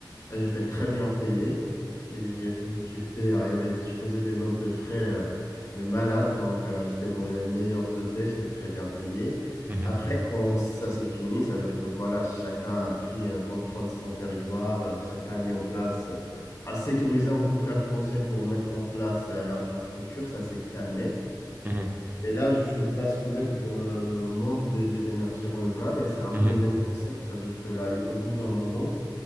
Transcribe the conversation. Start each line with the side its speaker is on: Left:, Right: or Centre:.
Left: J'étais très bien payé. J'ai- J'étais, euh, il y avait, je faisais des notes de frais euh, de malade, donc euh, j'étais dans les meilleurs hôtels, j'étais très bien payé.
Right: Mhm.
Left: Après, quand ça s'est fini, ça veut dire que voilà, chacun a pris euh, contrôle de son territoire, euh, chacun a mis en place, euh, a sécurisé en tout cas le français pour mettre en place euh, l'infrastructure, ça s'est calmé.
Right: Mhm.
Left: Et là, je suis basculé vers le monde de- des énergies renouvelables et c'est un peu
Right: Mhm.
Left: le
Right: Mhm.
Left: même concept. Ça veut dire que là, au bout d'un moment,